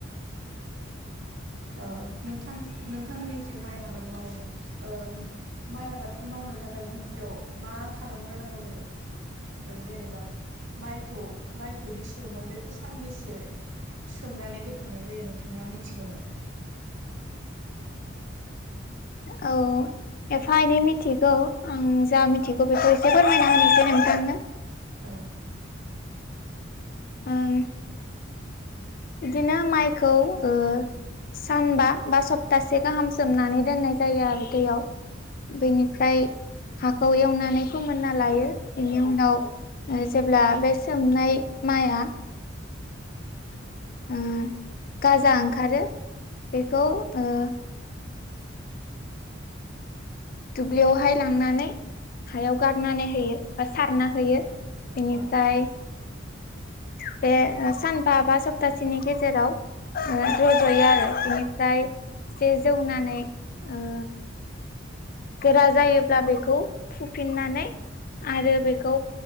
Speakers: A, on the right; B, on the left.
A: ओ नोंथां नोंथांमोननिथिं माइ आबाद मावो ओ माइ आबादखौ मावनो थाखाय गिबियाव मा खालामग्रोनांगौ जायो? जेनेबा माइखौ माइखौ दि सोमो बेखौ सानबेसे सोमनानै बोखांनाय जायो नोंथाङा मिथिगौ नामा?
B: औ एफा एनै मिथिगौ आं
A: नामा?
B: जा मिथिगौ बेखौ ऐसे फोरमायना होनि एसे नोंथांनो।
A: औ।
B: ओं। बिदिनो माइखौ ओ सानबा बा सप्तासे गाहाम सोमनानै दोननाय जायो आरो दैयाव। बेनिफ्राय हाखौ एवनानै लायो बेनि उनाव
A: औ
B: ओ जेब्ला बे सोमनाय माइआ ओ गाजा ओंखारो बेखौ ओ
A: <inaudible>
B: दुब्लियावहाय लांनानै हायाव गारनानै होयो बा सारना होयो। बेनिफ्राय
A: अ <inaudible>
B: बे ओ सानबा बा सप्तासेनि गेजेराव ओ रज'यो आरो बिनिफ्राय एसे जौनानै ओ गोरा जायोब्ला बेखौ फुफिननानै आरो बेखौ